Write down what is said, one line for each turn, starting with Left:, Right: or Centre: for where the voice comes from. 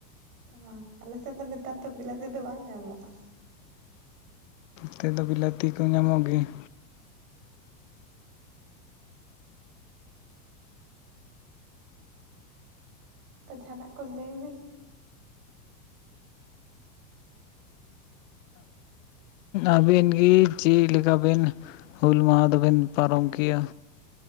Right: ᱚ ᱟᱞᱮ ᱥᱮᱱ ᱫᱚ ᱱᱮᱛᱟᱨ ᱫᱚ ᱵᱤᱞᱟᱹᱛᱤ ᱫᱚ ᱵᱟᱝ ᱧᱟᱢᱚᱜᱼᱟ᱾
Left: ᱱᱚᱛᱮ ᱫᱚ ᱵᱤᱞᱟᱹᱛᱤ ᱠᱚ ᱧᱟᱢᱚᱜ ᱜᱮᱭᱟ᱾
Right: ᱛᱚ ᱡᱟᱦᱟᱱᱟᱜ ᱠᱚ ᱞᱟᱹᱭ ᱵᱤᱱ
Left: ᱟᱹᱵᱤᱱ ᱜᱮ ᱪᱮᱫ ᱞᱮᱠᱟᱵᱤᱱ ᱦᱩᱞ ᱢᱟᱦᱟ ᱫᱚᱵᱮᱱ ᱯᱟᱨᱚᱢ ᱠᱮᱭᱟ?